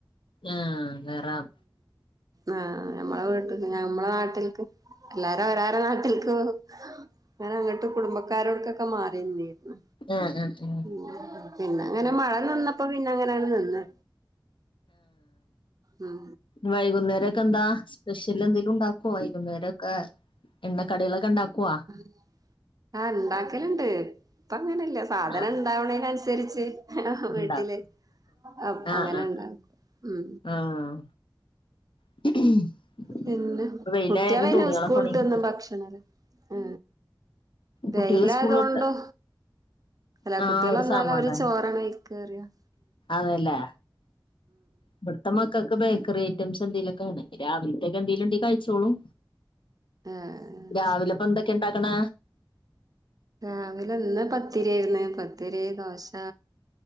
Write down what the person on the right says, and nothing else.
ആഹ് ഞമ്മളെ വീട്ട്ക്ക് ഞ്ഞമ്മളെ നാട്ടിൽക്ക് എല്ലാരും അവരാര നാട്ടിൽക്ക് പോവും. ങ്ങനെ അങ്ങട്ട് കുടുംബക്കാരോട്ക്കൊക്കെ മാറി നിന്നീര്ന്നു.
ഉം പിന്നങ്ങനെ മഴ നിന്നപ്പോ പിന്നങ്ങനണ് നിന്ന്. ഉം
ആ ആഹ് ഇണ്ടാക്കല്ണ്ട് ഇപ്പ അങ്ങനില്ല സാധനം
ഇണ്ടാവണേന് അനുസരിച്ച് വീട്ടില്
അ
അങ്ങനെ
ഉണ്ടാക്കും ഉ
പിന്നെ
കുട്ടികളന്നെ
സ്കൂളട്ട്
വന്നും
ഭക്ഷണല് ആ വെയ്ലായായത്
കൊണ്ടോ
അല്ല
കുട്ടികൾ
വന്നാല്
അവര് ചോറാണ് കഴി കേറിയാം
ആഹ്
രാവിലെ ഇന്ന് പത്തിരി ആയിരുന്നു പത്തിരി ദോശ